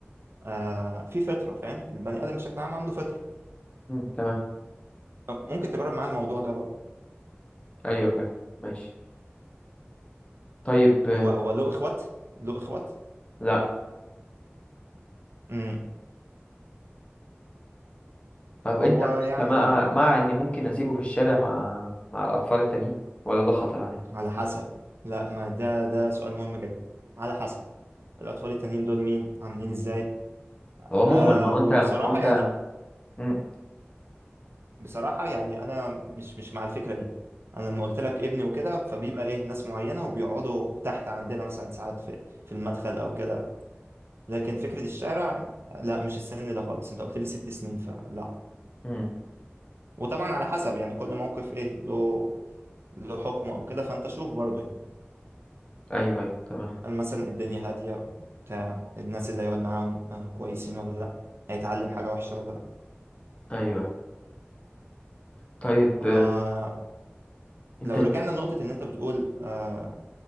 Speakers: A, on the right; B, on the left.
A: آه، في فطره فاهم البني ادم بشكل عام عنده فطره
B: أمم، تمام
A: طب ممكن تجرب معاه الموضوع ده برضه
B: ايوه فاهم ماشي طيب آه،
A: هو هو له اخوات له اخوات
B: لا
A: امم
B: طب انت
A: هو يعني
B: انت مع مع اني ممكن اسيبه في الشارع مع مع الاطفال التانيين ولا ده خطر عليه
A: على حسب لا ما ده ده سؤال مهم جدا على حسب الاطفال التانيين دول مين عاملين ازاي
B: عموما
A: آه
B: ما هو
A: وبصراحه
B: انت ما هو انت
A: يعني
B: مم.
A: بصراحة يعني أنا مش مش مع الفكرة دي أنا لما قلت لك ابني وكده فبيبقى إيه ناس معينة وبيقعدوا تحت عندنا مثلا ساعات في في المدخل أو كده لكن فكرة الشارع لا مش السن ده خالص أنت قلت لي ست سنين فلا
B: مم.
A: وطبعا على حسب يعني كل موقف إيه له له حكمه أو كده فأنت شوف برضه يعني
B: ايوه ايوه تمام
A: هل مثلا الدنيا هادية بتاع الناس اللي هيقعد معاهم آه كويسين ولا لا هيتعلم حاجة وحشة ولا لا
B: ايوه ايوه طيب
A: آه
B: آه، انت
A: لو
B: ش-
A: رجعنا لنقطة إن أنت بتقول آه